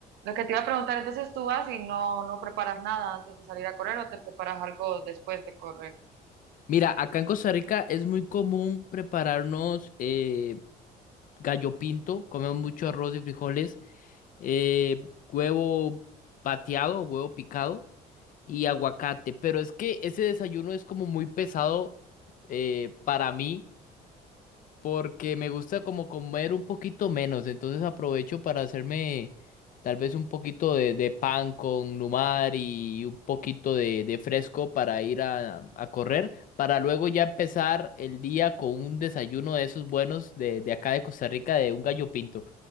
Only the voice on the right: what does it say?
lo que te iba a preguntar, entonces tú vas y no, no preparas nada antes de salir a correr o te preparas algo después de correr.